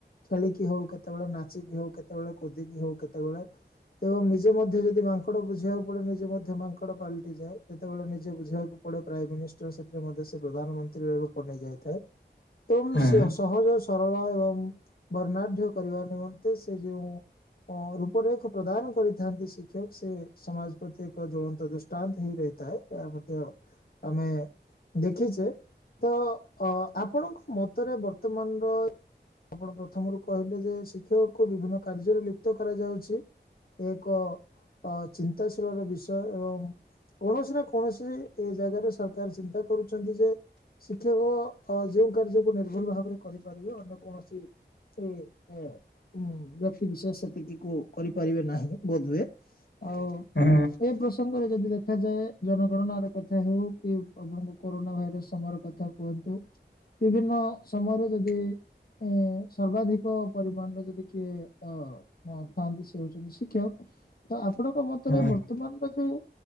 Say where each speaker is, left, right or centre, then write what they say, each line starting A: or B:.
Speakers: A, on the left (about 55°); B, on the left (about 85°).
A: ଖେଳିକି ହଉ କେତେବେଳେ ନାଚିକି ହଉ କେତେବେଳେ କୁଦିକି ହଉ କେତେବେଳେ ଏବଂ ନିଜେ ମଧ୍ୟ ଯଦି ମାଙ୍କଡ ବୁଝିବାକୁ ପଡେ ନିଜେ ମଧ୍ୟ ମାଙ୍କଡ ପାଲଟି ଯାଏ ଯେତେବେଳେ ନିଜେ ବୁଝିବାକୁ ପଡେ ପ୍ରାଇମ ମିନିଷ୍ଟର ସେଥିରେ ମଧ୍ୟ ସେ ପ୍ରଧାନମନ୍ତ୍ରୀ ରୂପ ନେଇଯାଇଥାଏ। ତୁମସ୍ୟ
B: ହୁଁ
A: ସହଜ ସରଳ ଏବଂ ବର୍ଣ୍ଣାଢ୍ୟ କରିବା ନିମନ୍ତେ ସେ ଯୋଉଁ ରୂପରେଖ ପ୍ରଦାନ କରିଥାନ୍ତି ଶିକ୍ଷକ ସେ ସମାଜ ପ୍ରତି ଏକ ଜ୍ଵଳନ୍ତ ଦୃଷ୍ଟାନ୍ତ ହେଇ ରହିଥାଏ ଏହା ମଧ୍ୟ ଆମେ ଦେଖିଛେ ତ ଅ ଆପଣଙ୍କ ମତରେ ବର୍ତ୍ତମାନର ଆପଣ ପ୍ରଥମରୁ କହିଲେ ଯେ ଶିକ୍ଷକକୁ ବିଭିନ୍ନ କାର୍ଯ୍ୟରେ ଲିପ୍ତ କରାଯାଉଛି ଏକ ଚିନ୍ତାଶୀଳର ବିଷୟ ଏବଂ କୌଣସି ନା କୌଣସି ଏ ଜାଗାରେ ସରକାର ଚିନ୍ତା କରୁଛନ୍ତି ଯେ ଶିକ୍ଷକ ହଁ ଯେଉଁ କାର୍ଯ୍ୟକୁ ନିର୍ଭର ଭାବରେ କରିପାରିବେ ଅନ୍ୟ କୌଣସି ସେ ବ୍ୟକ୍ତି ବିଶେଷ ସେତିକି କ କରିପାରିବେ ନାହିଁ ବୋଧହୁଏ। ଆଉ
B: ହୁଁ
A: ଏ ପ୍ରସଙ୍ଗରେ ଯଦି ଦେଖ ଦେଖାଯାଏ ଜନଗଣନା ର କଥା ହଉ କି ଆପଣଙ୍କ କରୋନା ଭାଇରସ ସମୟର କଥା କୁହନ୍ତୁ। ବିଭିନ୍ନ ସମୟରେ ଯଦି ଏ ସର୍ବାଧିକ ପରିମାଣରେ ଯଦି କିଏ ଅ ଥାଆନ୍ତି ସେ ହଉଛନ୍ତି ଶିକ୍ଷକ ତ ଆପଣଙ୍କ ମତରେ
B: ହୁଁ।
A: ବର୍ତ୍ତମାନର ଯୋଉ